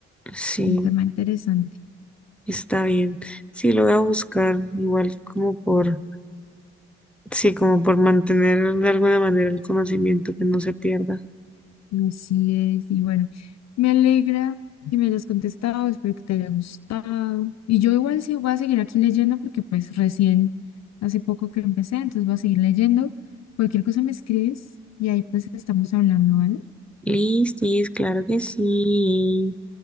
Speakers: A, in the centre; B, on the left.
A: sí,
B: un tema interesante.
A: está bien. Sí, lo voy a buscar, igual como por, sí, como por mantener de alguna manera el conocimiento que no se pierda.
B: Así es. Y bueno, me alegra que me hayas contestado, espero que te haya gustado. Y yo igual sí voy a seguir aquí leyendo porque pues recién, hace poco que empecé, entonces voy a seguir leyendo. Cualquier cosa me escribes y ahí pues estamos hablando, ¿vale?
A: Listis, claro que sí.